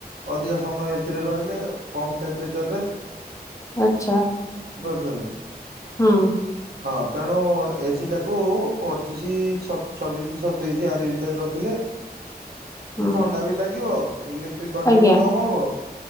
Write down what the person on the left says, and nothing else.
ଆଚ୍ଛା
ହଁ
ହୁଁ
ଆଜ୍ଞା